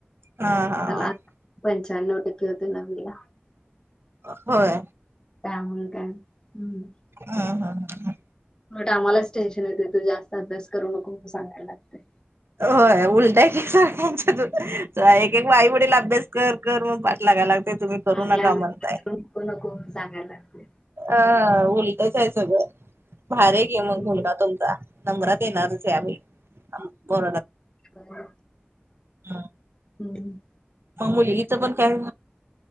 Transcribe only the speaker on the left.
त्याला पंचाार लाव टक्के होत नवीला
त्याांगल का हम्म
आम्हालाच टेन्शन येते तू जास्त अभ्यास करू नको सगयला लागते
आणि
या नक
सांगायला लागले
हम्म
का
हम्म